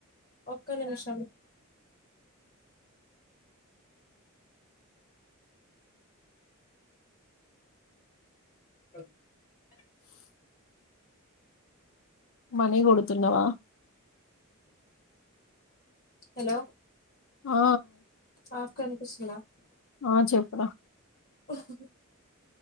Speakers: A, on the left; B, on the left.
A: ఒక్క నిమిషం <inaudible>
B: మనీ కొడు తన్నావా
A: హలో
B: ఆ
A: ఆ క వినీపిస్తుదా
B: ఆ చెప్పర
A: ఓహహ్